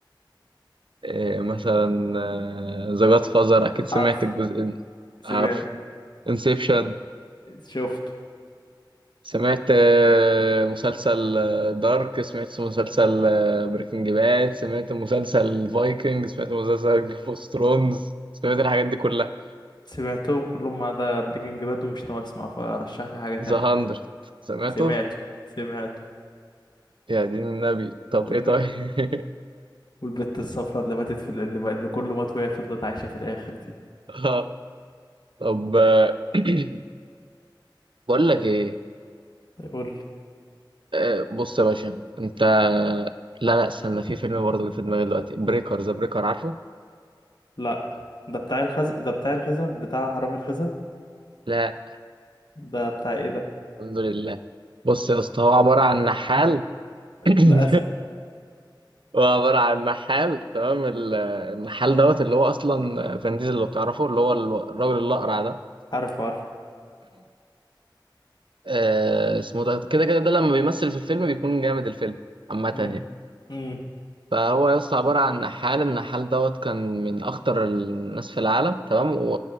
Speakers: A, on the right; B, on the left.
A: إيه مثلا ذا جاد فازر اكيد سمعت
B: عارفه
A: الجزء
B: سمعت
A: عارف انسبشن
B: شفته
A: سمعت آه، مسلسل دارك سمعت مسلسل بريكنج باد سمعت مسلسل فايكنج سمعت مسلسل جيم اوف ثرونز سمعت الحاجات دي كلها
B: سمعتهم كلهم ما عدا بريكنج باد ومش ناوي اسمع فرشح لي حاجة تانية
A: ذا هاندرد سمعته
B: سمعته سمعته
A: يا دين النبي طب
B: والب...
A: ايه طيب
B: والبت الصفراء اللي ماتت في ال- اللي, اللي كله مات وهي فضلت عايشة في الآخر دي
A: <laughs> آه، طب آه، <clears throat> بقول لك ايه
B: يقول لي
A: آه، بص يا باشا انت لا لا استنى في فيلم برضه اللي في دماغي دلوقتي بريكر ذا بريكر عارفه
B: لا ده بتاع الخزن ده بتاع الخزن بتاع حرامي الخزن
A: لا
B: ده بتاع ايه ده
A: الحمد لله بص يا اسطى هو عباره عن نحال <laughs>
B: للأسف
A: هو عباره عن نحال تمام ال- النحال دوت اللي هو اصلا فان ديزل لو تعرفه اللي هو الو- الراجل الاقرع ده
B: عارف عارف
A: آه، اسمه ده كده كده ده لما بيمثل في الفيلم بيكون جامد الفيلم عامه
B: امم
A: يعني
B: امم
A: فهو يا اسطى عبارة عن نحال النحال دوت كان من أخطر الناس في العالم تمام و...